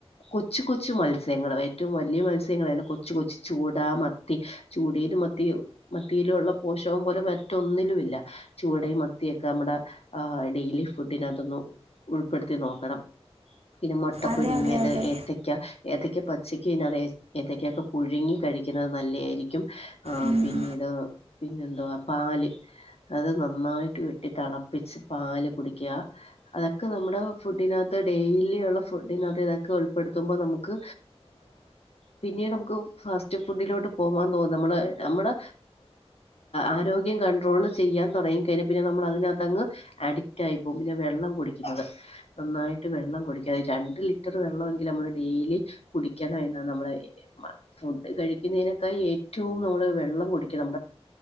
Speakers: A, on the left (about 70°); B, on the right (about 75°).
A: കൊച്ചു കൊച്ചു മത്സ്യങ്ങള് ഏറ്റവും വലിയ മത്സ്യോന്നും വേണ്ട കൊച്ച് കൊച്ച് ചൂട, മത്തി ചൂടയിലും, മത്തി മത്തിയിലുമുള്ള പോഷകം പോലെ മറ്റൊന്നിലുമില്ല ചൂടയും മത്തിയും ഒക്കെ നമ്മുടെ ഡെയിലി ഫുഡിനകത്തൊന്ന് ഉൾപ്പെടുത്തി നോക്കണം പിന്നെ മുട്ട
B: അതെ
A: പുഴുങ്ങിയത്
B: അതെ അതെ
A: ഏത്തക്ക ഏത്തക്ക പച്ചയ്ക്ക്‌ തിന്ന വേ ഏത്തക്കയൊക്കെ പുഴുങ്ങി കഴിക്കുന്നത് നല്ല ആയിരിക്കും ആ
B: ഉം.
A: പിന്നീട് പിന്നെ എന്താ പാല് അത് നന്നായിട്ട് വെട്ടി തെളപ്പിച്ച് പാല് കുടി ക്കുക അതൊക്കെ നമ്മുടെ ഫുഡിനകത്ത് ഡെയിലി ഉള്ള ഫുഡിനകത്ത് ഇതൊക്കെ ഉൾപ്പെടുത്തുമ്പോൾ നമുക്ക് പിന്നെ നമുക്ക് ഫാസ്റ്റ് ഫുഡിലോട്ട് പോവാൻ തോന്നും നമ്മള് നമ്മുടെ ആരോഗ്യം കണ്ട്രോള് ചെയ്യാൻ തുടങ്ങി കഴിഞ്ഞാ പിന്നെ നമ്മൾ അതിനകത്തങ്ങ് അഡി ക്റ്റായി പോകും പിന്നെ വെള്ളം കുടിക്കുന്നത് നന്നായിട്ട് വെള്ളം കുടിക്കുക രണ്ട് ലിറ്റർ വെള്ളമെങ്കിലും നമ്മള് ഡെയിലി കുടിക്കണം എന്നാണ് നമ്മുടെ ഫുഡ് കഴിക്കുന്നതിനേക്കാൾ ഏറ്റവും നമ്മള് വെള്ളം കുടിക്കണം